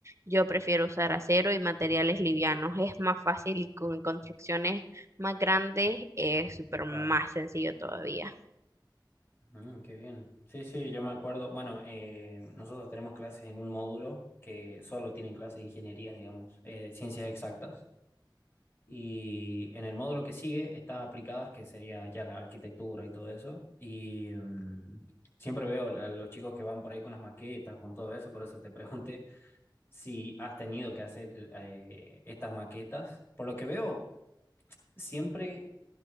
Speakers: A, on the right; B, on the left.
A: yo prefiero usar acero y materiales livianos. Es más fácil y con construcciones más grandes es súper más
B: Claro.
A: sencillo todavía.
B: Mm, qué bien. Sí, sí, yo me acuerdo. Bueno, eh, nosotros tenemos clases en un módulo que solo tienen clases de ingenierías, digamos, eh, ciencias exactas. Y en el módulo que sigue está aplicadas, que sería ya la arquitectura y todo eso. Y mm, siempre veo a los chicos que van por ahí con las maquetas, con todo eso. Por eso te <laughs> pregunté si has tenido que hacer eh, estas maquetas. Por lo que veo, siempre